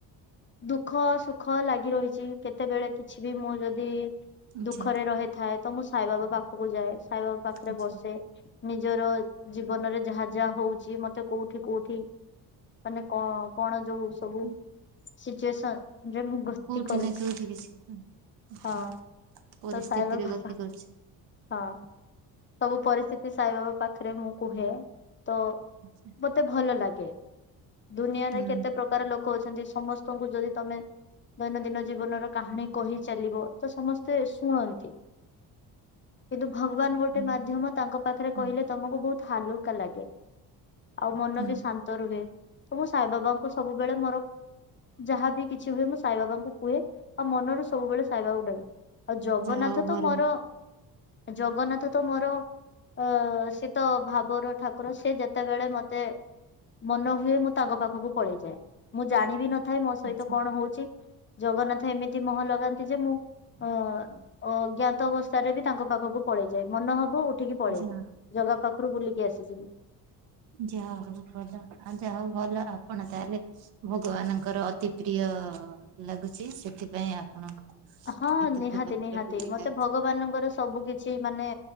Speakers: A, on the left; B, on the right.
A: ଦୁଃଖ ସୁଖ ଲାଗି ରହିଛି କେତେବେଳେ କିଛି ବି ମୁଁ ଯଦି
B: ଆଚ୍ଛା
A: ଦୁଃଖରେ ରହିଥାଏ ତ ମୁଁ ସାଇବାବା ପାଖକୁ ଯାଏ ସାଇବାବା ପାଖରେ
B: ଆଚ୍ଛା
A: ବସେ। ନିଜର ଜୀବନରେ ଯାହା ଯାହା ହଉଛି ମତେ କୋଉଠି କୋଉଠି ମାନେ କ କଣ ଯୋଉ ସବୁ
B: କୋ
A: ସିଚୁଏସନ ରେ ମୁଁ ଗତି
B: କୋଉଠି
A: କରୁଛି
B: ନା କୋଉଠି କିଛି ହୁଁ
A: ହଁ
B: ପରିସ୍ଥିତିରେ
A: ତ ସାଇବାବା
B: ଗତି କରୁଛି।
A: ହଁ ସବୁ ପରିସ୍ଥିତି ସାଇବାବା ପାଖରେ ମୁଁ କୁହେ ତ
B: <unintelligible>
A: ମତେ ଭଲ ଲାଗେ ଦୁନିଆରେ
B: ହୁଁ
A: କେତେ ପ୍ରକାର ଲୋକ ଅଛନ୍ତି ସମ ସ୍ତଙ୍କୁ ଯଦି ତମେ ଦୈନନ୍ଦିନ ଜୀବନର କାହାଣୀ କହି ଚାଲିବ ତ ସମସ୍ତେ ଶୁଣନ୍ତି। କିନ୍ତୁ ଭଗବାନ ଗୋଟେ
B: ହୁଁ
A: ମାଧ୍ୟମ ତାଙ୍କ ପାଖରେ
B: ହୁଁ
A: କହିଲେ ତମକୁ ବହୁତ ହାଲୁକା ଲାଗେ‌। ଆଉ ମନ
B: ହୁଁ
A: ବି ଶାନ୍ତ ରୁହେ ତ ମୁଁ ସାଇ ବାବାଙ୍କୁ ସବୁବେଳେ ମୋର ଯାହାବି କିଛି ହୁଏ ମୁଁ ସାଇବାବାଙ୍କୁ କୁହେ ଆଉ ମନରୁ ସବୁବେଳେ ସାଇବାବା କୁ ଡାକେ। ଆଉ ଜଗନ୍ନାଥ
B: ଯାହା ହଉ
A: ତ
B: ଭଲ।
A: ମୋର ଜଗନ୍ନାଥ ତ ମୋର ଅ ସିଏତ ଭାବର ଠାକୁର ସେ ଯେତେବେଳେ ମତେ ମତେ ମନ ହୁଏ ମୁଁ ତାଙ୍କ ପାଖକୁ ପଳେଇଯାଏ ମୁଁ ଜାଣିବି ନ ଥାଏ ମୋ ସହିତ
B: ଆଚ୍ଛା
A: କଣ ହଉଛି ଜଗନ୍ନାଥ ଏମିତି ମହ ଲଗାନ୍ତି ଯେ ମୁଁ ଅ ଅଜ୍ଞାତ ଅବସ୍ଥାରେ ବି ତାଙ୍କ ପାଖକୁ ପଳେଇଯାଏ ମନ ହବ ଉଠିକି ପଳେଇବି।
B: ଯାହା
A: ଜଗା ପାଖରୁ ବୁଲିକି ଆସିଯିବି।
B: ଯାହା ହଉ ଭଲ ଆ ଯା ହଉ ଭଲ ଆପଣ ତାହେଲେ ଭଗବାନଙ୍କର ଅତି ପ୍ରିୟ ଲାଗୁଚି ସେଥିପାଇଁ ଆପଣଙ୍କୁ
A: ହଁ
B: ଏତେ
A: ନିହାତି
B: ଭଲ ଭଲ
A: ନିହାତି
B: ଡୋରି
A: ମତେ
B: ଲାଗୁଛି।
A: ଭଗବାନଙ୍କର ସବୁ କିଛି ମାନେ